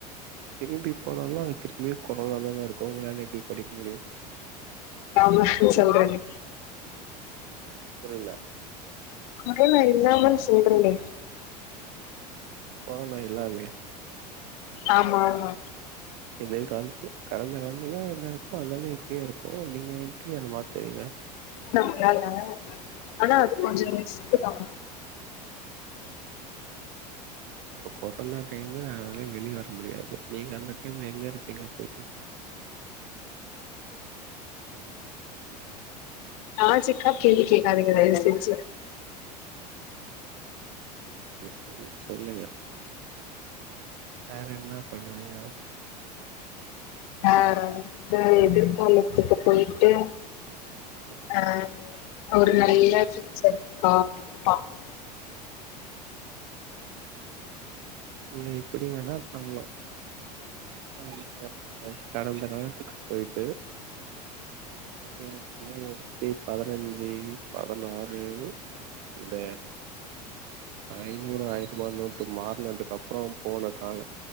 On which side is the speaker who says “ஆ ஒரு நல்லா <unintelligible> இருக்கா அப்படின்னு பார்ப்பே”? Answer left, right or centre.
Left